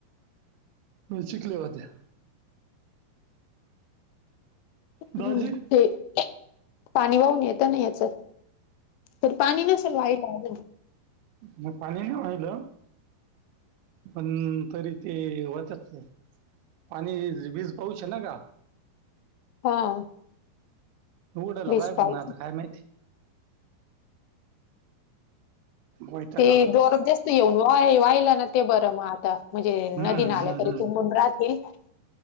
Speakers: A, on the right; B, on the left.
A: शिकले होत्या. दाजी
B: हम्म, हे पाणी वाहून येेत ना याच तर पाणी न व्हाइट हाय ग <unintelligible>
A: मग पाणी नाही वाहिल? पण तरी ते होतात. पाणी आज, वीज पाऊस आहे ना गा?
B: हा.
A: उघडाला
B: वीस
A: पाहिजे
B: पाऊस
A: पण आता काय माहिती. वैताग
B: ते
A: आला
B: जोरात जास्त येऊन वाहिला ना ते बरं मग आता म्हणजे
A: हम्म
B: नदी नाल्या
A: हम्म
B: तरी
A: हम्म
B: तुंबून राह एक <unintelligible>